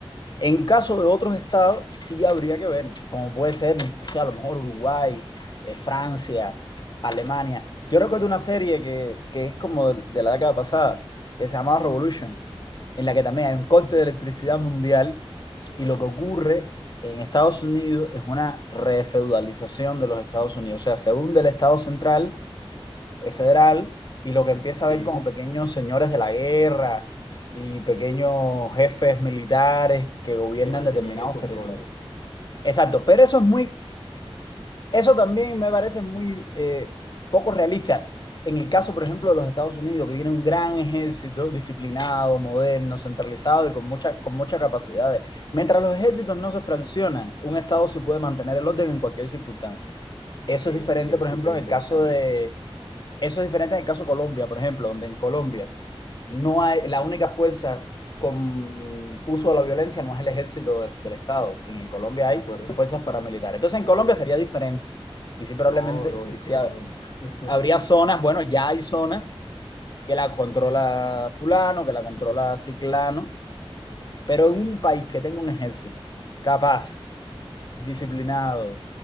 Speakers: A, on the left; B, on the left.
A: En caso de otros estados, sí habría que ver, como puede ser, o sea, a lo mejor Uruguay, eh, Francia, Alemania. Yo recuerdo una serie que, que es como de, de la década pasada, que se llamaba Revolution, en la que también hay un corte de electricidad mundial y lo que ocurre en Estados Unidos es una refeudalización de los Estados Unidos. O sea, se hunde el Estado central eh, federal y lo que empieza a
B: sí,
A: ver como pequeños señores de la guerra y pequeños jefes militares que gobiernan
B: que mantenían
A: determinados
B: el control.
A: territorios. Exacto, pero eso es muy, eso también me parece muy eh, poco realista. En el caso, por ejemplo, de los Estados Unidos, que tiene un gran ejército disciplinado, moderno, centralizado y con mucha, con muchas capacidades. Mientras los ejércitos no se fraccionan, un Estado sí puede mantener el orden en cualquier circunstancia. Eso
B: Ok,
A: es diferente,
B: ok,
A: por
B: súper
A: ejemplo, en
B: interesante,
A: el caso de, eso es diferente en el caso de Colombia, por ejemplo, donde en Colombia no hay la única fuerza con uso de la violencia no es el ejército de- del Estado. En Colombia hay
B: ¿de acuerdo?
A: fuerzas paramilitares. Entonces en Colombia sería diferente. Y sí, probablemente
B: No, lógico,
A: si ha-
B: lógico. <laughs>
A: habría zonas, bueno, ya hay zonas que la controla fulano, que la controla ciclano, pero en un país que tenga un ejército capaz, disciplinado